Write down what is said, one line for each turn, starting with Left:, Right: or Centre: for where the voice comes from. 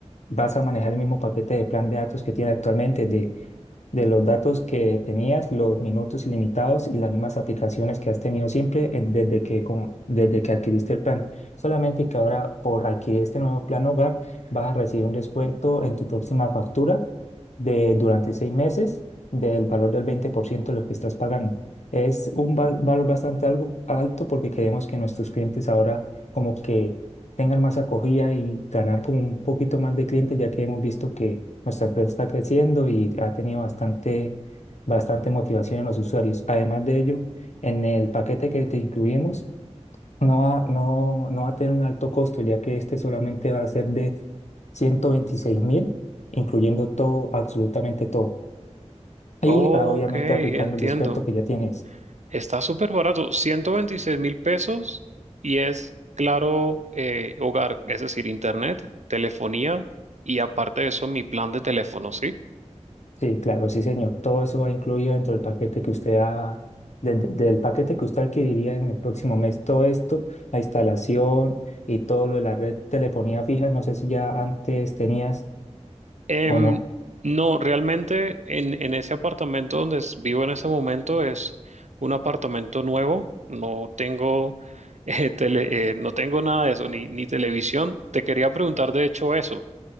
Left: Vas a manejar el mismo paquete de plan de datos que tiene actualmente de de los datos que tenías, los minutos ilimitados y las mismas aplicaciones que has tenido siempre en- desde que, como- desde que adquiriste el plan. Solamente que ahora por adquirir este nuevo plan hogar vas a recibir un descuento en tu próxima factura de durante seis meses del valor del 20% de lo que estás pagando. Es un va- valor bastante algo alto porque queremos que nuestros clientes ahora como que tengan más acogida y ganar como un poquito más de clientes, ya que hemos visto que nuestra empresa está creciendo y ha tenido bastante, bastante motivación en los usuarios. Además de ello, en el paquete que te incluimos, no va, no, no va a tener un alto costo, ya que este solamente va a ser de ciento veintiséis mil, incluyendo todo, absolutamente todo. Y
Right: Ok,
Left: ah, obviamente aplicando
Right: entiendo.
Left: el descuento que ya tienes.
Right: Está súper barato, ciento veintiséis mil pesos y es Claro eh, Hogar, es decir, internet, telefonía y aparte de eso mi plan de teléfono, ¿sí?
Left: Sí, claro, sí, señor. Todo eso va incluido dentro del paquete que usted ha, del, del paquete que usted adquiriría en el próximo mes. Todo esto, la instalación y todo lo de la red telefonía fija, no sé si ya antes tenías
Right: Em,
Left: o no.
Right: no, realmente en, en ese apartamento donde s- vivo en ese momento es un apartamento nuevo. No tengo, <laughs> eh, tele- eh, no tengo nada de eso, ni, ni televisión. Te quería preguntar de hecho eso.